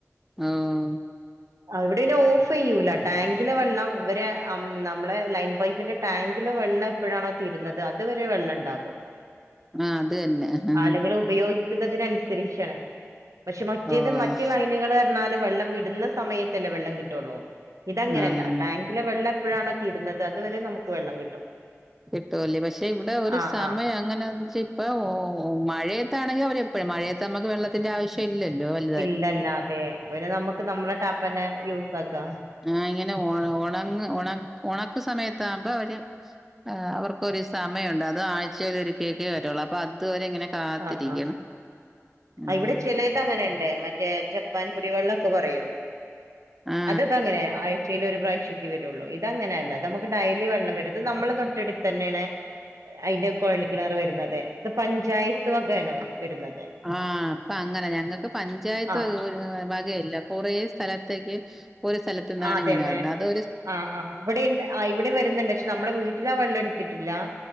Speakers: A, in the centre; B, on the right.
A: ഓഹ്
B: അവിടെനെ ഓഫ് ചെയ്യൂല്ലാ ടാങ്കിലെ വെള്ളം ഇവര് നമ്മളെ ലൈൻ പൈപ്പിന്റെ ടാങ്കിലെ വെള്ളം എപ്പോഴാണോ തീരുന്നത് അതുവരെ വെള്ളം ഉണ്ടാകും
A: ആഹ് അത് തന്നെ അ
B: ആളുകൾ ഉപയോഗിക്കുന്നതിനനുസരിച്ചാണ് പക്ഷെ മറ്റേത്
A: ഓഹ്
B: മറ്റേ ലൈനുകൾ ന്നാല് വെള്ളം വിടുന്ന സമയത്തല്ലേ വെള്ളം കിട്ടുള്ളൂ ഇതങ്ങനല്ലാ
A: ആഹ്
B: ടാങ്ക് ങ്കിലെ വെള്ളം എപ്പോഴാണോ തീരുന്നത് അതുവരെ നമുക്ക് വെള്ളം കിട്ടും.
A: കിട്ടുവല്ലേ പക്ഷെ ഇവിടെ ഒരു
B: ആഹ്
A: സമയം
B: ആഹ്
A: അങ്ങനെ വച്ച് ഇപ്പൊ ഓ മഴയത്താണെങ്കിൽ അവരെപ്പോഴും മഴയത്ത് നമുക്ക് വെള്ള ത്തിന്റെ ആവശ്യല്ലല്ലോ അൽ
B: ഇല്ലല്ല അതെ അപ്പോ പിന്നെ നമുക്ക് നമ്മളെ ടാപ്പ്ന്നെ യൂസ് ആക്കാ
A: ആഹ് ഇങ്ങനെ ഉണ ഉണങ്ങ് ഉണക്ക് സമയത്താവുമ്പോ അവര് ആഹ് അവർക്കൊരു സമയം ഉണ്ട്. അത് ആഴ്ചേൽ ഒരിക്കെ ഒക്കേ വരുള്ളൂ അപ്പൊ അതുവരെ ഇങ്ങനെ കാത്തിരിക്കണം
B: ആഹ് ആഹ്
A: ഉം
B: ആഹ് ഇവിടെ ചിലേ ത് അങ്ങനെണ്ടേ മറ്റേ ജപ്പാൻ കുടിവെള്ളംഒക്കെ പറയും
A: ആ
B: അതൊക്കെ അങ്ങനെ ആഴ്ചയിൽ ഒരു പ്രാവശ്യൊക്കെ വരുള്ളൂ ഇതങ്ങനെയല്ല ത് നമുക്ക് ഡെയ്ലി വെള്ളം വരും ഇത് നമ്മളെ തൊട്ട് ടുത്ത് തന്നേണ് അതിന്റെ കുഴൽക്കിണർ വരുന്നത് ഇത് പഞ്ചായത്ത് ത്ത് <unintelligible> വരുന്നുന്നത്
A: ആഹ് അപ്പ അങ്ങനെ ഞങ്ങക്ക് പഞ്ചായത്ത്
B: ആഹ്
A: വകയല്ല കുറേ സ്ഥലത്തേക്ക് ഇപ്പൊ ഒരു സ്ഥലത്ത്ന്നാണ്
B: ആ അതെ
A: ഇങ്ങനെ
B: അതെ
A: പറഞ്ഞേ അത്
B: ആഹ് ആഹ് ഇവിടെണ്ട് ആ ഇവിടേം വരുന്നുണ്ട് പക്ഷെ നമ്മള വീട്ടിലാ വെള്ളം എടുത്തിട്ടില്ല.